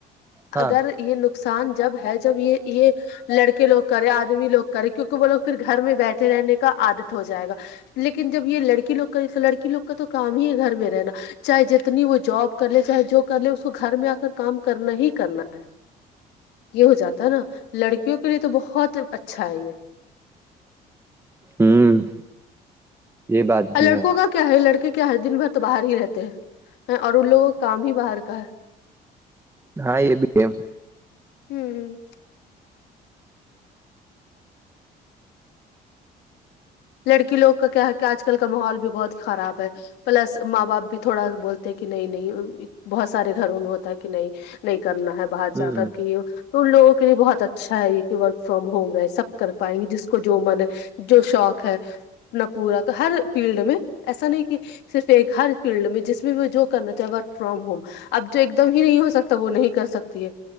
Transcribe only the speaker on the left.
اگر یہ نقصان جب ہے جب یہ یہ لڑکے لوگ کرے آدمی لوگ کرے کیونکہ وہ لوگ پھر گھر میں بیٹھے رہنے کا عادت ہو جائے گا لیکن جب یہ لڑکی لوگ کا لڑکی لوگ کا تو کام ہی ہے گھر میں رہنا چاہے جتنی وہ جاب کر لے چاہے جو کر لے اس کو گھر میں آ کر کام کرنا ہی کرنا ہے یہ ہو جاتا ہے نا لڑکیوں کے لیے تو بہت اچھا ہے یہ
اور
لڑکوں
کا کیا ہے لڑکے کیا ہے دن بھر تو باہر ہی رہتے ہیں اور ان لوگوں کو کام ہی باہر کا ہے
ہوں ہ لڑکی لوگ کا کیا ہے کہ آج کل کا ماحول بھی بہت خراب ہے پلس ماں باپ بھی تھوڑا بولتے ہیں کہ نہیں نہیں بہت سارے گھروں میں ہوتا ہے کہ نہیں نہیں کرنا ہے باہر جا
کر کے تو ان لوگوں کے لیے بہت اچھا ہے یہ کہ ورک فرام ہوم رہے سب کر پائیں گے جس کو جو من ہے جو شوق ہے اپنا پورا ہر فیلڈ میں ایسا نہیں کہ صرف ایک ہر فیلڈ میں جس میں جو کرنا چاہ ورک فرام ہوم اب جو ایک دم ہی نہیں ہو سکتا وہ نہیں کر سکتی ہے